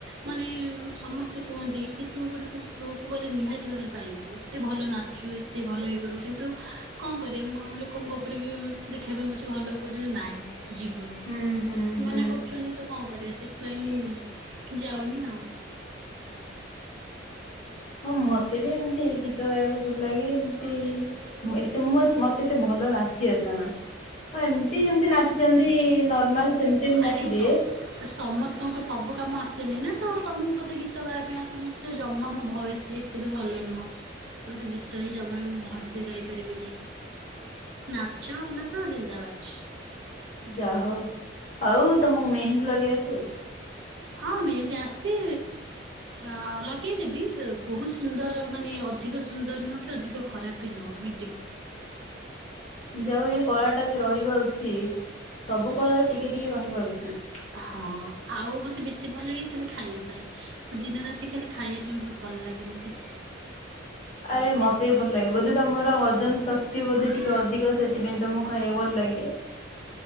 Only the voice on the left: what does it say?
ହୁଁ ହୁଁ ହୁଁ
ହଁ ମତେ ବି ଏମତି ଏଇ ଗୀତ ଗାଇବାକୁ ଭଲ ଲାଗେ, ଏମତି ଏତେ ମୁ ମତେ ଏତେ ଭଲ ନାଚି ଆସେ ନା, ହଁ ଏମ ଯେମତି ନାଚି ଦିଅନ୍ତି ନର୍ମାଲ, ସେମତି ମୁଁ
ନାଚିଦିଏ।
ଆଁ ଯାହୋଉ। ଆଉ ତମକୁ ମେହେନ୍ଦୀ ଲଗେଇ ଆସେ?
ଯାଓଉ ଏଇ କଳାଟା ବି ରହିବା ଉଚିତ ସବୁ କଳାରୁ ଟିକେ ଟିକେ ରହିବା ଉଚିତ୍।
ଆରେ ମତେ ବି ଭଲ ଲାଗେ ବୋଧେ ତମର ହଜମ ଶକ୍ତି ବୋଧେ ଟିକେ ଅଧିକ ସେଥିପାଇଁ ତମକୁ ଖାଇବାକୁ ଭଲ ଲାଗେ।